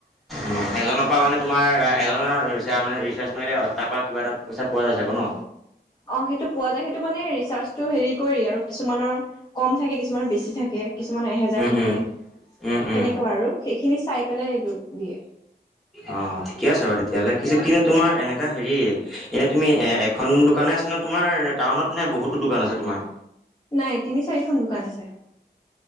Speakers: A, in the centre; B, on the left.
A: উম এজনৰ পৰা মানে তোমাৰ এজনৰ ৰিচাৰ্জ মাৰিলে তাৰ পৰা কিবা এটা পইচা পোৱা যায় চাগৈ ন?
B: অঁ সেইটো পোৱা যায় সেইটো মানে ৰিচাৰ্জটো হেৰি কৰি আৰু কিছুমানৰ কম থাকে কিছুমানৰ বেছি থাকে। কিছুমানৰ এহেজাৰ
A: উম
B: থাকে
A: উম উম
B: সেনেকুৱা
A: উম।
B: আৰু সেইখিনি চাই পেলাই দি
A: অঁ ঠিকে আছে বাৰু তেতিয়াহলে কিন্তু তোমাৰ এনেকা হেৰি এনে তুমি এ খন দোকানেই আছে নে তোমাৰ টাউনত নে বহুতো দোকান আছে তোমাৰ?
B: নাই তিনি, চাৰিখন দোকান আছে।